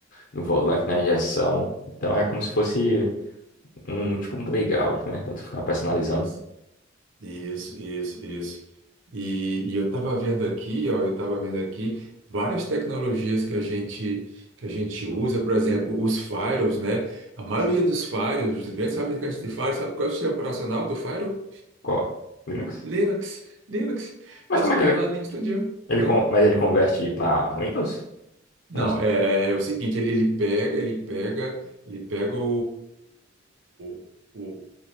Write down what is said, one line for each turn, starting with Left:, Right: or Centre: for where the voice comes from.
Left: no volante, na injeção. Então é como se fosse um tipo um playground, né? Pra tu ficar personalizando.
Right: isso. Isso, isso, isso. E, e eu estava vendo aqui, ó, eu estava vendo aqui várias tecnologias que a gente que a gente usa, por exemplo, os firewalls, né? A maioria dos firewalls, os grandes fabricantes de firewalls, sabe qual é o sistema operacional do firewall?
Left: Qual? Linux?
Right: Linux, Linux,
Left: Mas
Right: dá
Left: como
Right: os comandos
Left: é que ele,
Right: lá do Linux todinho.
Left: ele,
Right: É
Left: con- mas ele converte para Windows?
Right: Não,
Left: Vamos supor.
Right: é, é é o seguinte, ele, ele pega, ele pega, ele pega o, o, o,